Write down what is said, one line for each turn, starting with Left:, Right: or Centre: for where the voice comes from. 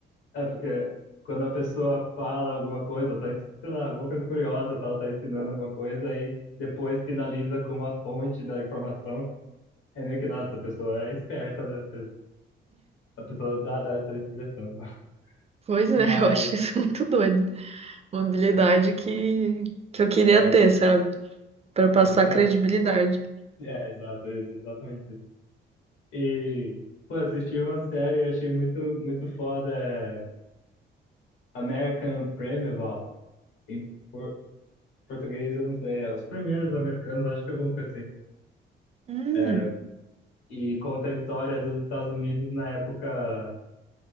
Left: É porque quando a pessoa fala alguma coisa, ou tá, ens- sei lá, alguma coisa curiosa, tal, tá ensinando alguma coisa, aí depois finaliza com a fonte da informação, é meio que, nossa, a pessoa é esperta, né? Essa- A pessoa dá, dá essa expressão. <laughs>
Right: Pois é,
Left: Mas,
Right: eu acho isso <laughs> muito doido. Uma habilidade que, que eu queria
Left: é,
Right: ter, sabe? Pra passar
Left: começar.
Right: credibilidade.
Left: É, exato, ex- exatamente isso. E, pô, assisti uma série e achei muito, muito foda, é American Primeval. Em por- português, eu não sei, é Os Primeiros Americanos, acho que é alguma coisa assim.
Right: Hum,
Left: É, e conta a história dos Estados Unidos na época,